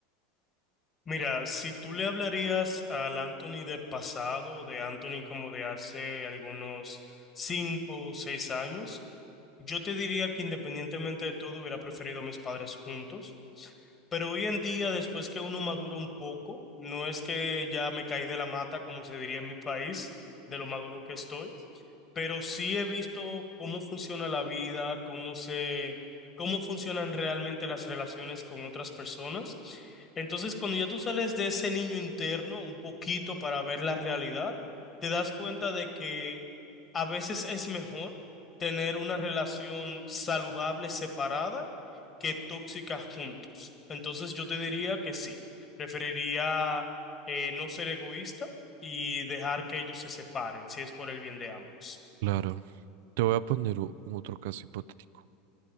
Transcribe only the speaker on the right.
Claro. Te voy a poner o- otro caso hipotético.